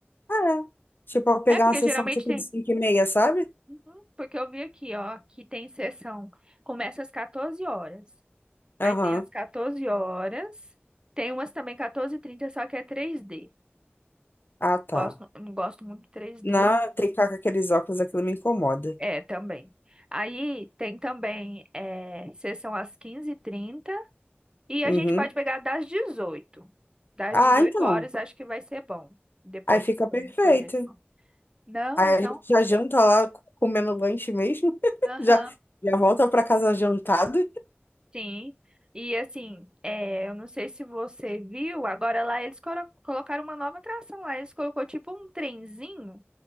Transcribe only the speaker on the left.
é, tipo, pegar
uma sessão
tipo
de 5 e meia, sabe?
Aham.
Ah, tá.
Não, tem que ficar com aqueles óculos, aquilo me incomoda.
Uhum.
Ah,
então.
Aí fica
perfeito.
Aí
a gente já janta lá comendo lanche mesmo. <laughs>
Já, já volta pra casa jantado.